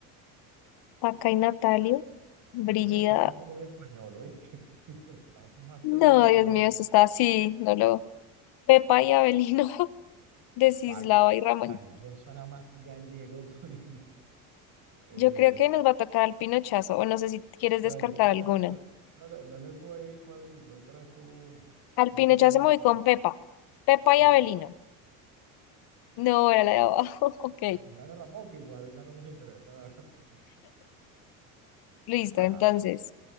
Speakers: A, on the right (about 45°); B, on the left (about 60°).
A: Uy,
B: Acá hay Natalio, Brigida.
A: pero tú te buscaste esto muy español, ¿oíste? <laughs> Estamos más
B: No,
A: perdidos
B: Dios
A: que digo
B: mío,
A: el
B: eso está así, no lo. Pepa y Abelino, <laughs> Desislava
A: paca.
B: y Ramón.
A: Eso suena más gallego todavía. <laughs> Eh,
B: Yo creo que nos va a tocar al Pinochazo, o no sé si quieres
A: dale,
B: descartar
A: dale,
B: alguna.
A: sí, dale, dale tú ahí cuál, cuál crees tú,
B: Al
A: Tim
B: Pinochazo
A: Marín de los
B: me voy
A: Cien
B: con Pepa. Pepa
A: Dale,
B: y Abelino.
A: pues.
B: No, era la de abajo, <laughs> ok.
A: Decir la de Ramón, que igual ya no nos interesa. <laughs>
B: Listo,
A: Ajá.
B: entonces.